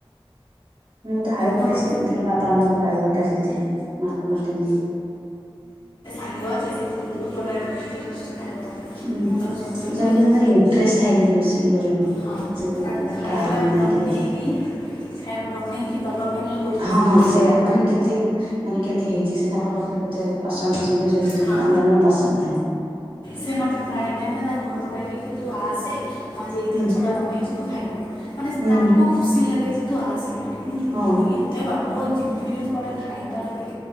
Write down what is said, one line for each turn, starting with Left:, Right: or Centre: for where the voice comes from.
Right: ମୁଁ ତ ଆଳୁପରଟା
Left: ଗୋଟେ
Right: ଶିଖିନଥିଲି ବା ବାପାଙ୍କ ପାଖରୁ ଆଳୁ ପରଟା ଶିଖିଥିଲି ମୋ ବାପା କରିଦିଅନ୍ତି।
Left: <inaudible> ବନାଏ
Right: ହୁଁ
Left: ମୁଁ ତାକୁ ସବୁବେଳେ
Right: ଜଣ
Left: କହିବି
Right: ଜଣ ଭାରି ଇଣ୍ଟରେଷ୍ଟ ଥାଏ କିନ୍ତୁ ରୋଷେଇ କରିବା ପାଇଁ
Left: ହଁ ତାକୁ
Right: <unintelligible>
Left: ଖାଇବା
Right: ଟ୍ରାଏ କର ନା
Left: ବନେଇକି
Right: ଏଇଟା ଦେଖିଆ।
Left: ଖାଇବା ବନେଇକି ଦେବା ପାଇଁ ତ ବହୁତ
Right: ହଁ
Left: ପସନ୍ଦ
Right: ହଁ ସେଇୟା ମାନେ କେମତି ମାନେ କେମତି ହେଇଛି ସେ ତାଙ୍କ ପାଖରୁ କେତେ ପସନ୍ଦ ଶୁଣିବେ ସେ ଯେ ଯେ
Left: ହଁ
Right: ତାଙ୍କ ଜଣ ଜଣ ପସନ୍ଦ ଥାଏ।
Left: ସେ ମତେ ପ୍ରାୟେ ଟାଇମ ନା ତାଙ୍କ ଘରକୁ ଡାକେକି ତୁ ଆସେ। ମୁଁ ଆଜି ଏଇ
Right: ହୁଁ
Left: ଜିନିଷ ଟା ବନେଇଛି ତୁ ଖାଇବୁ ମାନେ
Right: ହୁଁ
Left: ତାକୁ ଖୁସି ଲାଗେ ଯେ ତୁ ଆସେ। କିନ୍ତୁ
Right: ହଉ
Left: ମୁଁ ଏତେ ବାଟ ଯିବି କୁଆଡେ ଖାଇବା ଲାଗି।